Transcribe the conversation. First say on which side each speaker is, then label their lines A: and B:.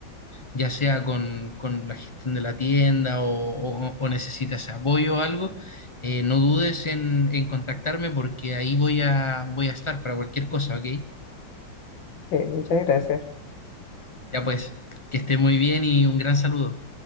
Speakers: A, on the left; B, on the left.
A: ya sea con, con la gestión de la tienda o, o- o necesitas apoyo o algo, eh, no dudes en, en contactarme porque ahí voy a, voy a estar para cualquier cosa, ¿ok?
B: Ok, muchas gracias.
A: Ya pues, que esté muy bien y un gran saludo.